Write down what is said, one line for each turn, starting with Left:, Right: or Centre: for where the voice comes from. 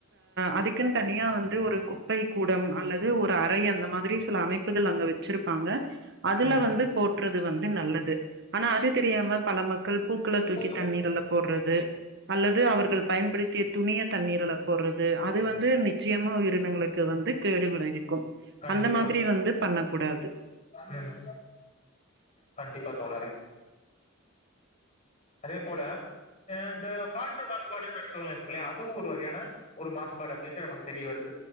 Right: அதுக்குன்னு அ தனியா வந்து ஒரு குப்பை கூடம் அல்லது ஒரு அரை அந்த மாதிரி அமைப்புகள் அங்க வைத் வச்சிருப்பாங்க அதுல
Left: ம்,
Right: வந்து றது வந்து நல்லது ஆனா அது தெரியாம பல மக்கள் பூக்களை
Left: ம்.
Right: தூக்கி தண்ணீர்ல்ல போடுறது அல்லது அவர்கள் பயன்படுத்திய துணிய தண்ணீரல போடுறது து அது வந்து நிச்சயமா உயிரினங்களுக்கு வந்து கேடு விளைவி
Left: கண்டிப்பா
Right: அந்த மாதிரி வந்து பண்ண கூடாது
Left: ம், கண்டிப்பா தோழரே அதே போல அஹ் இந்த காற்று மாசுபாடுன்னு <unintelligible> அதுவும் ஒரு வகையான ஒரு மாசுபாடு அப்டின்ட்டு நமக்கு தெரிய வருது